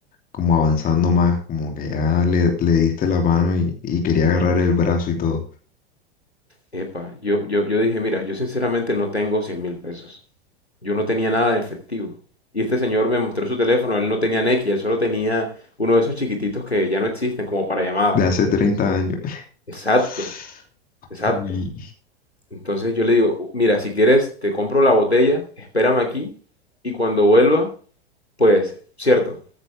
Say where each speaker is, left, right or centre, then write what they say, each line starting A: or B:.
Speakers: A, on the left; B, on the left.
A: como avanzando más, como que ya le, le diste la mano y, y quería agarrar el brazo y todo,
B: Epa, yo, yo, yo dije, mira, yo sinceramente no tengo cien mil pesos. Yo no tenía nada en efectivo. Y este señor me mostró su teléfono, él no tenía Nequi, él solo tenía uno de esos chiquititos que ya no existen como para llamadas.
A: de hace 30 años.
B: Exacto,
A: <sighs> <laughs>
B: exacto.
A: Uy.
B: Entonces yo le digo, "U- mira, si quieres te compro la botella, espérame aquí y cuando vuelva, pues, cierto,